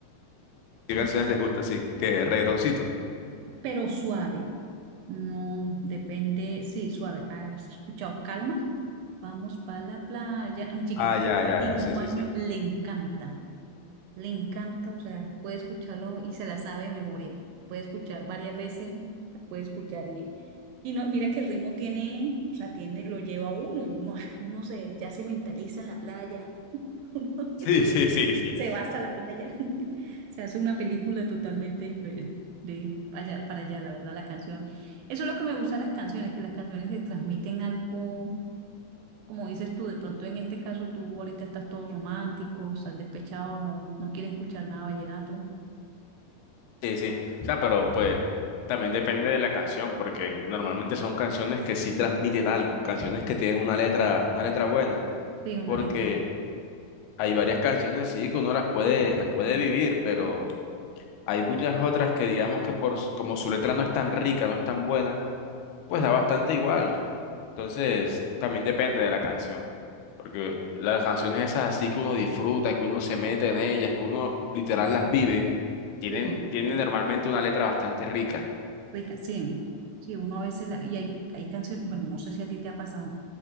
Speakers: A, on the left; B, on the right.
A: ¿Qué
B: Y,
A: canciones les gusta así? ¿Qué? ¿Reggaetoncito?
B: pero suave. No, depende, sí, suave. ¿Has escuchado? Calma, vamos para la playa. A mi chiquitito
A: Ah, ya,
B: de
A: ya,
B: cinco
A: ya. Sí, sí,
B: años
A: sí. <laughs>
B: le encanta, le encanta, o sea, puede escucharlo y se la sabe de memoria. Puede escuchar varias veces, puede escuchar y, y no, mira que el ritmo tiene, o sea, tiene, lo lleva a uno y uno, ah, uno se, ya se mentaliza en la playa. <laughs>
A: Sí, sí, sí, sí.
B: se va hasta la playa. <laughs> Se hace una película totalmente diferente de ir allá, para allá, la verdad, la canción. Eso es lo que me gusta de las canciones, que las canciones te transmiten algo, como dices tú, de pronto en este caso tú ahorita estás todo romántico, estás despechado, no, no quieres escuchar nada vallenato.
A: Sí, sí. O sea, pero pues también depende de la canción, porque normalmente son canciones que sí transmiten algo, canciones que tienen una letra, una letra buena,
B: Sí, una
A: porque
B: letra.
A: hay varias canciones sí que uno las puede, las puede vivir, pero hay muchas otras que digamos que por s- como su letra no es tan rica, no es tan buena, pues da bastante igual. Entonces, también depende de la canción, porque las canciones esas así que uno disfruta, que uno se mete en ellas, que uno literal las vive, tienen,
B: Sí,
A: tienen normalmente una letra bastante rica.
B: rica, sí. Sí, uno a veces, la, y hay, hay canciones, bueno, no sé si a ti te ha pasado,